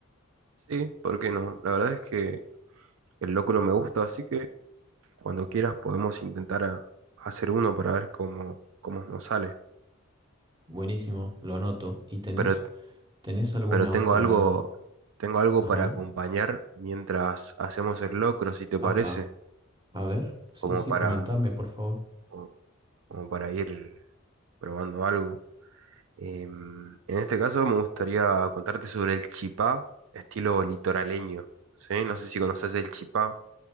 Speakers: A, on the right; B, on the right.
A: sí, ¿por qué no? La verdad es que el locro me gusta, así que cuando quieras podemos intentar a- hacer uno para ver cómo, cómo nos sale.
B: Buenísimo, lo anoto. ¿Y tenés,
A: Pero,
B: tenés alguna
A: pero tengo
B: otra?
A: algo, tengo algo
B: Ajá.
A: para acompañar mientras hacemos el locro, si te
B: Apa,
A: parece,
B: a ver, sí,
A: como
B: sí,
A: para,
B: comentame, por favor.
A: como como para ir probando algo. Em, en este caso me gustaría contarte sobre el chipá, estilo litoraleño, ¿sí? No sé si conoces el chipá